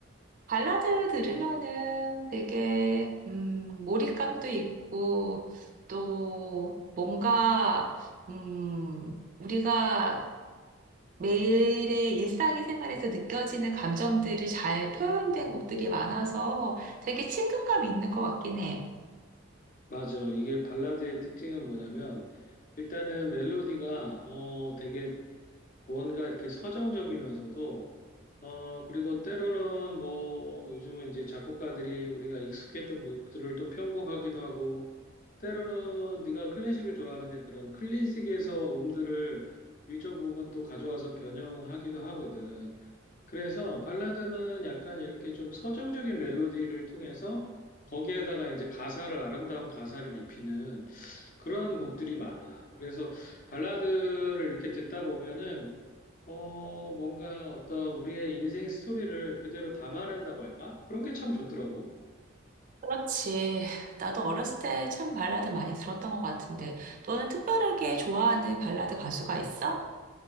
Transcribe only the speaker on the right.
발라드 들으면은 되게 음, 몰입감도 있고 또 뭔가 음, 우리가 매일의 일상의 생활에서 느껴지는 감정들을 잘 표현된 곡들이 많아서 되게 친근감 있는 것 같긴 해.
그렇지. 나도 어렸을 때 참 발라드 많이 들었던 것 같은데, 너는 특별하게 좋아하는 발라드 가수가 있어?